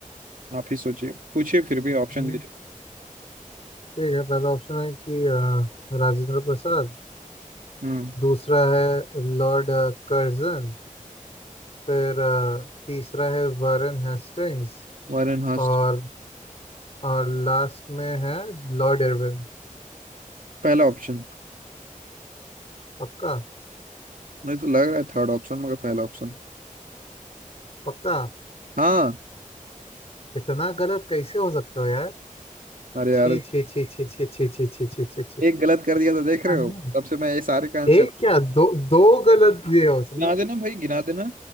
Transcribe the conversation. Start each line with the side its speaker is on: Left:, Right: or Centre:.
Right: आप ही सोचिए पूछिए फिर भी ऑप्शन
Left: हम्म,
Right: दीजिए
Left: ठीक है पहला ऑप्शन है कि अ, राजेंद्र प्रसाद
Right: हम्म
Left: दूसरा है लॉर्ड कर्जन फिर अ, तीसरा है वारन हेस्टिंग्स
Right: वारेन हास्ट
Left: और और लास्ट में है लॉर्ड इरविन
Right: पहला ऑप्शन
Left: पक्का
Right: नहीं तो लग रहा है थर्ड ऑप्शन मगर पहला ऑप्शन
Left: पक्का
Right: हाँ
Left: इतना गलत कैसे हो सकता हो यार
Right: अरे यार
Left: छी छी छी छी छी छी छी छी छी छी छी
Right: एक गलत कर दिया तो
Left: ऐसा
Right: देख रहे
Left: नहीं
Right: हो
Left: हो।
Right: तब से मैं ये सारे का आंसर
Left: एक क्या दो दो गलत दिए हो समझे
Right: गिना देना भाई गिना देना